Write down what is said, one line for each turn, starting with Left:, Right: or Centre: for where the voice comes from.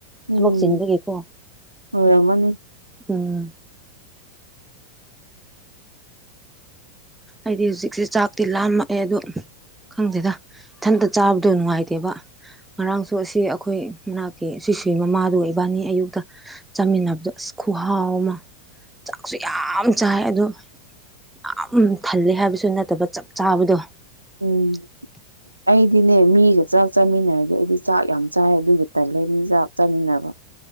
Right: ꯎꯝ
Centre: ꯊꯕꯛ ꯆꯤꯟꯕꯒꯤꯀꯣ
Right: ꯑꯣꯏꯔꯝꯃꯅꯤ
Centre: ꯎꯝ ꯍꯥꯏꯗꯤ ꯍꯧꯖꯤꯛꯁꯦ ꯆꯥꯛꯇꯤ ꯂꯥꯝꯃꯛꯑꯦ ꯑꯗꯣ ꯈꯪꯗꯦꯗ ꯏꯊꯟꯇ ꯆꯥꯕꯗꯣ ꯅꯨꯡꯉꯥꯏꯇꯦꯕ ꯉꯔꯥꯡꯁꯨ ꯑꯁꯤ ꯑꯩꯈꯣꯏ ꯃꯅꯥꯛꯀꯤ ꯁꯤꯁꯤ ꯃꯃꯥꯗꯨ ꯏꯕꯥꯅꯤ ꯑꯌꯨꯛꯇ ꯆꯥꯃꯤꯟꯅꯕꯗꯣ ꯑꯁ ꯈꯨꯍꯥꯎ ꯑꯃ ꯆꯥꯛꯁꯨ ꯌꯥꯝ ꯆꯥꯏ ꯑꯗꯣ ꯌꯥꯝ ꯊꯜꯂꯦ ꯍꯥꯏꯕꯁꯨ ꯅꯠꯇꯕ ꯆꯞ ꯆꯥꯕꯗꯣ <inaudible>
Right: ꯎꯝ ꯑꯩꯗꯤꯅꯦ ꯃꯤꯒ ꯆꯥꯛ ꯆꯥꯃꯤꯟꯅꯔꯗꯤ ꯑꯩꯗꯤ ꯆꯥꯛ ꯌꯥꯝ ꯆꯥꯏ ꯑꯗꯨꯒ ꯇꯜꯂꯦ ꯃꯤ ꯆꯥꯛ ꯆꯥꯃꯤꯟꯅꯕ